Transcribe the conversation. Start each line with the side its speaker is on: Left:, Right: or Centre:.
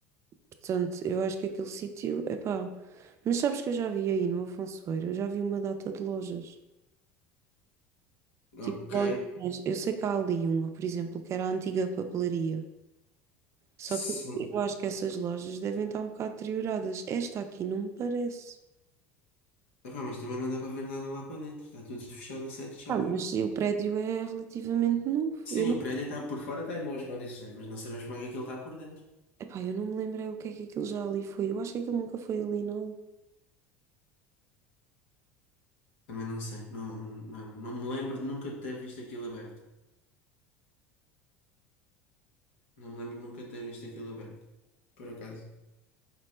Right: Portanto, eu acho que aquele sítio, é pá. Mas sabes que eu já vi aí no Afonso eu já vi uma data de lojas.
Left: Ok.
Right: Tipo, lojinhas. Eu sei que há ali uma, por exemplo, que era a antiga papelaria. Só
Left: Sim.
Right: que eu acho que essas lojas devem estar um bocado deterioradas. Esta aqui não me parece.
Left: Epá, mas também não dá para ver nada lá para dentro. Está tudo fechado a sete chaves.
Right: Ah, mas o prédio é relativamente novo. Eu
Left: Sim,
Right: não,
Left: o prédio está por fora está em boas condições, mas não sabemos como é que aquilo está por dentro.
Right: epá, eu não me lembrei o que é que aquilo já ali foi. Eu acho que aquilo nunca foi ali, não.
Left: Também não sei. Não, não, não me lembro de nunca ter visto aquilo aberto. Não me lembro de nunca ter visto aquilo aberto. Por acaso.